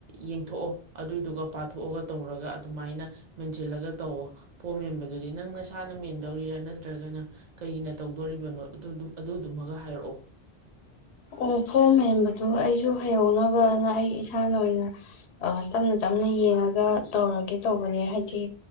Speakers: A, on the right; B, on the left.
A: ꯌꯦꯡꯊꯣꯛꯑꯣ ꯑꯗꯨꯏꯗꯨꯒ ꯄꯥꯊꯣꯛꯑꯒ ꯇꯧꯔꯒ ꯑꯗꯨꯃꯥꯏꯅ ꯃꯦꯟꯁꯤꯜꯂꯒ ꯇꯧꯑꯣꯣ ꯐꫭꯝ ꯃꯦꯟꯕꯗꯨꯗꯤ ꯅꯪ ꯅꯁꯥꯅ ꯃꯦꯟꯗꯧꯔꯤꯔꯥ ꯅꯠꯇ꯭ꯔꯒꯅ꯫ ꯀꯩꯅ ꯇꯧꯗꯣꯔꯤꯕꯅꯣ ꯑꯗꯨꯗꯨꯃꯒ ꯍꯥꯏꯔꯛꯑꯣ꯫
B: ꯑꯣ ꯐꯣꯝ ꯍꯦꯟꯕꯗꯨ ꯑꯩꯁꯨ ꯍꯩꯍꯧꯅꯕꯅ ꯑꯩ ꯏꯁꯥꯅ ꯑꯣꯏꯅ ꯇꯞꯅ ꯇꯞꯅ ꯌꯦꯡꯉꯒ ꯇꯧꯔꯒꯦ ꯇꯧꯕꯅꯦ ꯍꯥꯏꯗꯤ